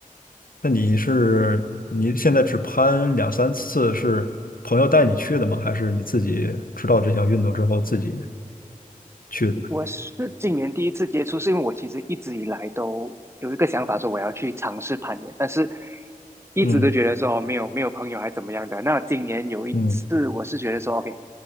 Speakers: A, on the left (about 80°); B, on the right (about 20°).
A: 那你是你现在只攀两三次，是朋友带你去的吗？还是你自己知道这项运动之后自己去的？
B: 我是今年第一次接触，是因为我其实一直以来都有一个想法，说我要去尝试攀岩，但是一直都觉得说哦没有没有朋友还怎么样的。
A: 嗯
B: 那今年有一次，
A: 嗯
B: 我是觉得说，OK，